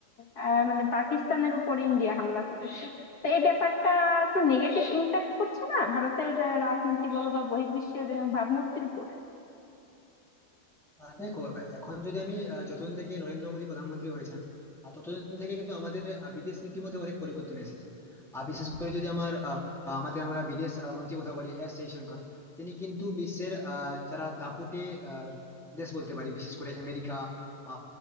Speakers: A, on the left (about 55°); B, in the centre.
A: আহ, মানে পাকিস্তানের উপর ইন্ডিয়া হামলা করেছে তো এই ব্যাপারটা একটু নেগেটিভ ইম্প্যাক্ট করছে না ভারতের আহ, রাজনীতি বলো বা বহির্বিশ্বের আহ, ভাবমূর্তির উপর
B: আহ দেখো এখন যদি আমি আহ, যতদিন থেকে নরেন্দ্র মোদী প্রধানমন্ত্রী হয়েছেন আহ, ততদিন থেকে কিন্তু আমাদের আহ, বিদেশ নীতির মধ্যে অনেক পরিবর্তন এসেছে আর বিশেষ করে যদি আমার আহ, আমাদের আমরা বিদেশ আহ, মন্ত্রীর কথা বলি এস জয়শঙ্কর তিনি কিন্তু বিশ্বের আহ, যারা দাপুটে আহ, দেশ বলতে পারি বিশেষ করে আমেরিকা বা